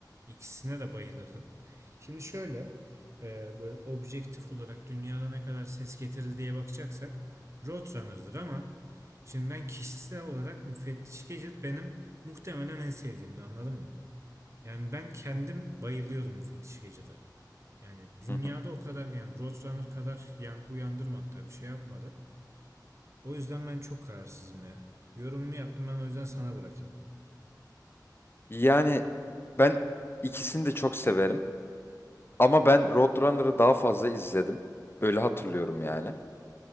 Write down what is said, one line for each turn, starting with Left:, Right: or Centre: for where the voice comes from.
Right: İkisine de bayılırdım. Şimdi şöyle e, böyle objektif olarak dünyada ne kadar ses getirdi diye bakacaksak Roadrunner'dır ama şimdi ben kişisel olarak Müfettiş Gadget benim muhtemelen en sevdiğimdi anladın mı? Yani ben kendim bayılıyordum Müfettiş Gadget'a. Yani dünyada
Left: Hı hı.
Right: o kadar yani Roadrunner kadar yankı uyandırmadı tabii şey yapmadı. O yüzden ben çok kararsızım ya. Yorumumu yaptım ben o yüzden sana bırakayım.
Left: Yani ben ikisini de çok severim. Ama ben Roadrunner'ı daha fazla izledim. Öyle hatırlıyorum yani.